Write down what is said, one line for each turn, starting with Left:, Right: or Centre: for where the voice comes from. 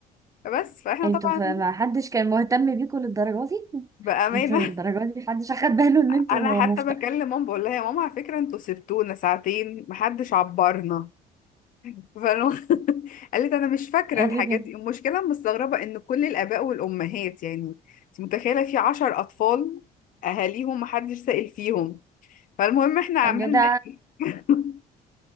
Left: بس فاحنا
Right: انتوا
Left: طبعا
Right: ف- ما حدش كان مهتم بيكم للدرجه دي
Left: بأمانة
Right: انتوا للدرجه دي محدش اخد باله ان انتوا
Left: انا حتى
Right: مفتى
Left: بكلم ماما بقول لها يا ماما على فكره انتوا سبتونا ساعتين محدش عبرنا فأنا <laughs> قالت انا مش فاكره
Right: ايه
Left: الحاجات
Right: ده كده
Left: دي المشكله أنا مستغربه ان كل الاباء والامهات يعني انت متخيله في عشر اطفال اهاليهم محدش سائل فيهم فالمهم احنا عملنا
Right: طب ده ده
Left: ايه <laughs>